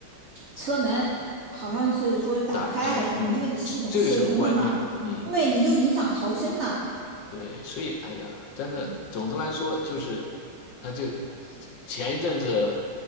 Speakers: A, on the right (about 65°); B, on the left (about 70°).
A: 车门好像是说是打不开还是什么，
B: 打不开，嗯，
A: 因为你系统失灵了嘛，
B: 这这个是个关键嘛，嗯。
A: 对，你就影响逃生呐。
B: 对，所以哎呀，但是总的来说，
A: 嗯
B: 就是他这前一阵子